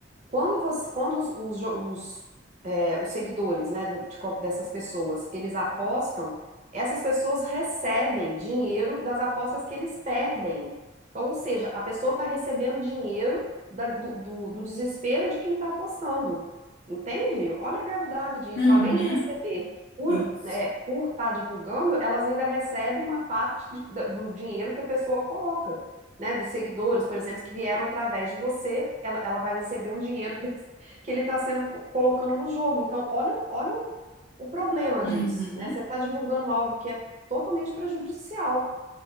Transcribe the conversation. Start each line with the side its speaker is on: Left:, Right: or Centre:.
Right: Quando você, quando os, os, jo- os, é, os seguidores, né, de- de qual- dessas pessoas, eles apostam, essas pessoas recebem dinheiro das apostas que eles perdem. Então, ou seja, a pessoa está recebendo dinheiro da- do, do- do desespero de quem está apostando. Entende? Olha a gravidade disso.
Left: Uhum.
Right: Além de receber por,
Left: Isso.
Right: estar divulgando, elas ainda recebem uma parte de- da- do dinheiro que a pessoa coloca né, dos seguidores, por exemplo, que vieram através de você, ela, ela vai receber um dinheiro <laughs> desse- que ele está sendo co- colocando no jogo. Então, olha, o- olha o, o problema
Left: Uhum.
Right: disso, né? Você está divulgando algo que é totalmente prejudicial.